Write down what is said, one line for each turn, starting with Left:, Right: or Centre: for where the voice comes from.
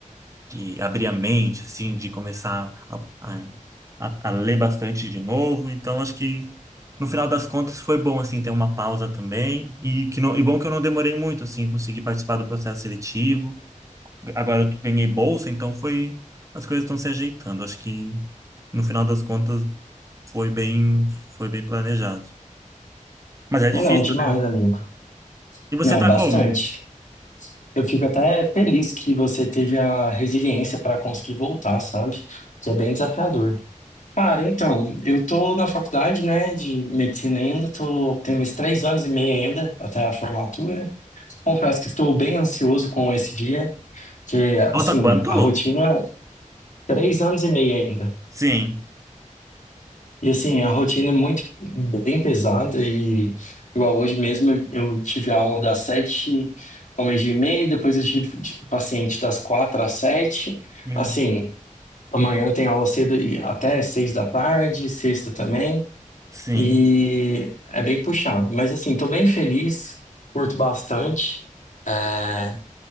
Right: de abrir a mente, assim, de começar a, a, a- a ler bastante de novo, então acho que no final das contas foi bom, assim, ter uma pausa também, e, que não, e bom que eu não demorei muito, assim, consegui participar do processo seletivo, agora eu ganhei bolsa, então foi, as coisas estão se ajeitando, acho que no final das contas foi bem, foi bem planejado. Mas é difícil,
Left: Não, não, demais,
Right: né?
Left: amigo.
Right: E você
Left: Não,
Right: tá
Left: bastante.
Right: como?
Left: Eu fico até feliz que você teve a resiliência para conseguir voltar, sabe? Que é bem desafiador. Cara, então, eu tô na faculdade, né, de medicina ainda, tô, tenho mais três anos e meio ainda até a formatura. Confesso que estou bem ansioso com esse dia, que, assim,
Right: Falta quanto?
Left: a rotina, três anos e meio ainda.
Right: Sim.
Left: E, assim, a rotina é muito bem pesada e, igual hoje mesmo, eu eu tive aula das sete ao meio-dia e meio, depois eu tive paciente das quatro às sete.
Right: Meu
Left: Assim,
Right: Deus.
Left: amanhã tem aula cedo e até seis da tarde, sexta também.
Right: Sim.
Left: E é bem puxado. Mas assim, tô bem feliz, curto bastante, é,